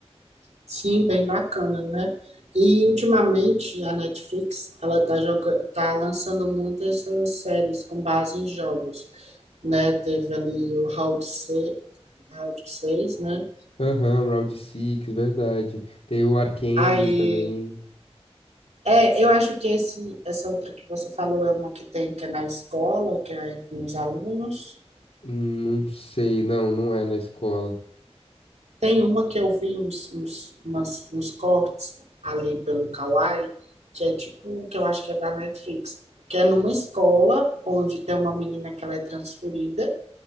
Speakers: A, on the right; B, on the left.
A: Sim, bem bacana, né? E ultimamente a Netflix, ela tá joga tá lançando muito essas séries com base em jogos, né? Teve ali o Round 6, Round 6, né?
B: Aham, Round Six, verdade. Tem o Arcane
A: Aí
B: também.
A: É, eu acho que esse, essa outra que você falou é uma que tem que é na escola, que é com os alunos.
B: Hum, Não sei, não, não é na escola.
A: Tem uma que eu vi uns, uns, umas- uns cortes ali pelo Kawaii, que é tipo, que eu acho que é da Netflix, que é numa escola onde tem uma menina que ela é transferida